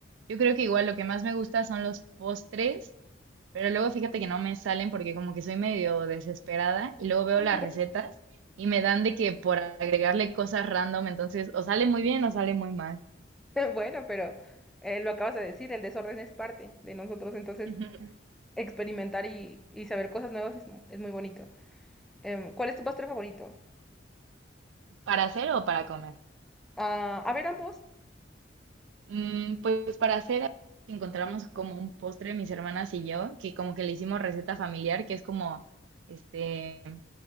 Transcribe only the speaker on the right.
yo creo que igual lo que más me gusta son los postres, pero luego fíjate que no me salen porque como que soy medio desesperada y luego veo
las recetas y me dan de que por agregarle cosas random, entonces o sale muy bien o sale muy mal.
<laughs>
¿Para hacer o para comer?
Mm, pues para hacer encontramos como un postre mis hermanas y yo, que como que le hicimos receta familiar, que es como este